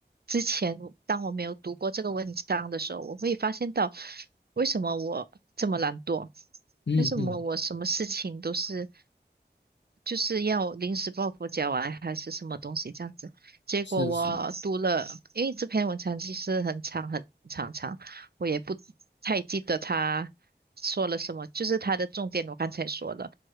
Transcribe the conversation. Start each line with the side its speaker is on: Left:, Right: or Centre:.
Right: 之前当我没有读过这个文章的时候，我会发现到为什么我这么懒惰，
Left: 嗯嗯
Right: 为什么我什么事情都是。就是要临时抱佛脚啊，还是什么东西这样子。结果我读了，
Left: 是是，
Right: 因为这篇文章其实很长很长长，我也不太记得他说了什么，就是他的重点我刚才说了，